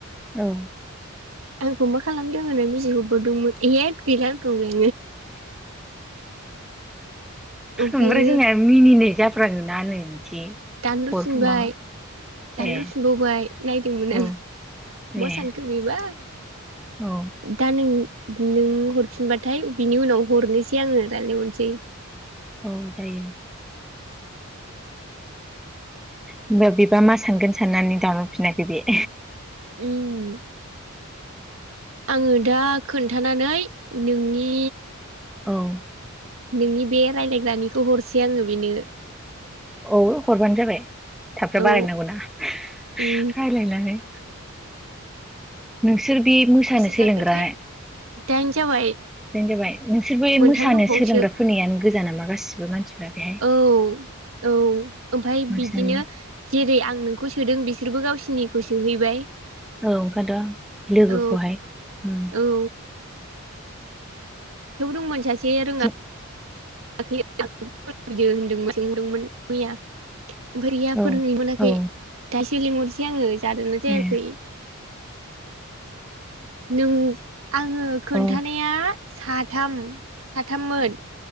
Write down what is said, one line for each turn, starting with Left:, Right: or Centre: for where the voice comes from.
Centre: औ
Right: आंखौ मा खालामदों होनना <unintelligible> ओमफ्रायो
Centre: ओमफ्राय जोंनिया मिनिनाय जाफ्राङोना नै बिदि
Right: दानह'फिनबाय
Centre: हर माबा
Right: दानह'फिनबावबाय
Centre: ए
Right: नायदोंमोन
Centre: औ
Right: आं मा
Centre: ए
Right: सानखो बेबा
Centre: औ
Right: दा नों नों हरफिनबाथाय बिनि उनाव हरनोसै आङो रायलाय हरसै
Centre: औ जायो होनबा बेबा मा सानगोन साननानै दानहरफिनाखै बे
Right: उम आङो दा खोनथानानै नोंनि
Centre: औ
Right: नोंनि बे रायलायग्रानिखौ हरसै आङो बेनो
Centre: औ हरबानो जाबाय थाब थाब
Right: औ
Centre: बारायनांगौना रायलायनानै
Right: उम
Centre: नों नोंसोर बे मोसानो
Right: बेसे
Centre: सोलोंग्रा
Right: जाखोथाय दाइन जाबाय
Centre: जाबाय नोंसोर बे
Right: मोनथाम
Centre: मोसानो
Right: दंबावोसो
Centre: सोलोंग्रा फोरनियानो गोजा नामा गासिबो मानसिफ्रा बेहाय
Right: औ औ ओमफ्राय
Centre: बांसिनानो
Right: बिदिनो जेरै आं नोंखौ सोदों बिसोरबो गावसिनिखौ सोहैबाय
Centre: औ ओंखाय थ' लोगोखौहाय
Right: औ
Centre: उम
Right: औ द दंमोन सासे जे रोङा
Centre: जों
Right: <unintelligible> होनदोंमोन सोंहरदोंमोन मैया <unintelligible>
Centre: औ
Right: फोरोंनोनो मोनाखै
Centre: औ
Right: <inaudible> आङो जादोंना जायाखै
Centre: ए
Right: नों आङो खोनथानाया
Centre: औ
Right: साथाम साथाममोन